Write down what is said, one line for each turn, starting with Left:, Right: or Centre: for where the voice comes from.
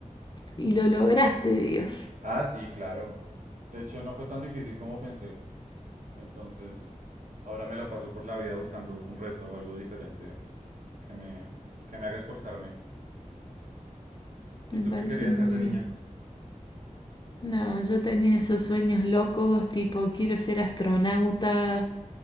Left: Y lo lograste, Dios.
Right: Ah, sí, claro. De hecho, no fue tan difícil como pensé. Entonces, ahora me la paso por la vida buscando un reto o algo diferente que me, que me haga esforzarme. ¿Y
Left: Me
Right: tú
Left: parece
Right: qué querías
Left: muy
Right: ser de
Left: bien.
Right: niña?
Left: No, yo tenía esos sueños locos, tipo, quiero ser astronauta,